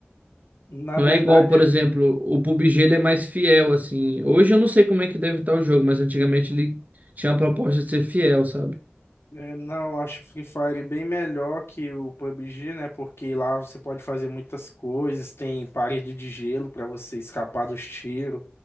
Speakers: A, on the left; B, on the right.
A: Na
B: Não
A: verdade,
B: é igual, por exemplo,
A: é,
B: o PUBG ele é mais fiel, assim. Hoje eu não sei como é que deve estar o jogo, mas antigamente ele tinha a proposta de ser fiel, sabe?
A: é, não, eu acho o Free Fire bem melhor que o PUBG, né? Porque lá você pode fazer muitas coisas, tem parede de gelo pra você escapar dos tiros.